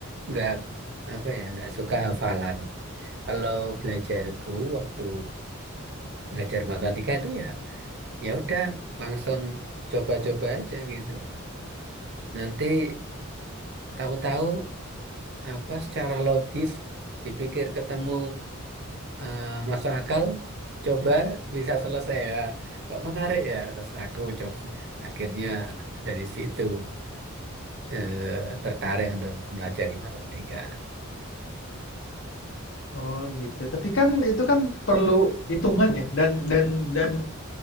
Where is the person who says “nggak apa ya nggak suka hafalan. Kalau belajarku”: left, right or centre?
Right